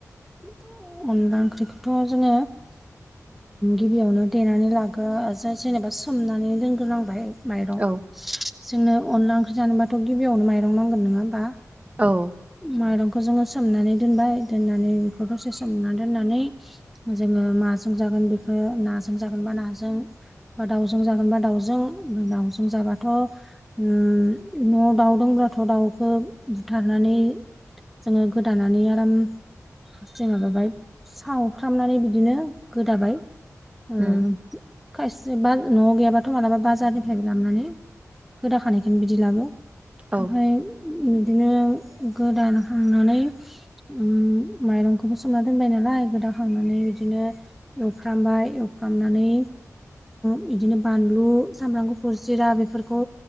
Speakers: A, in the centre; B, on the right.
A: <inaudible> अनला ओंख्रिखौथ' जोङो गिबियावनो देनानै लागो जेनेबा सोमनानै दोनग्रोनांबाय माइरं
B: औ
A: जोंनो अनला ओंख्रि जानोबाथ' गिबियावनो माइरं नांगोन नङा होमबा?
B: औ
A: माइरंखौ जोङो सोमनानै दोनबाय दोननानै बेखौ दसे सोमनानै दोननानै जोङो माजों जागोन बेखौ नाजों जागोन बा नाजों बा दाउजों जागोनबा दाउजोंफ्राय दाउजों जाबाथ' न'आव दाउ दब्लाथ' दाउखौ बुथारनानै जोङो गोदानानै आराम हार माबाबाय सावफ्रामनानै बिदिनो गोदाबाय। औ
B: उम
A: खायसे ब न'आव गैयाबाथ' मालाबा बाजारनिफ्राय लाबोननानै खदाखानायखौनो बिदि लाबो ओमफफ्राय
B: औ
A: बिदिनो गोदानखांनानै उ माइरंखौबो सोमना दोनबाय नालाय गोदाखांनानै बिदिनो एवफ्रामबाय एवफ्रामनानै बिदिनो बानलु सामब्राम गुफुर जिरा बेफोरखौ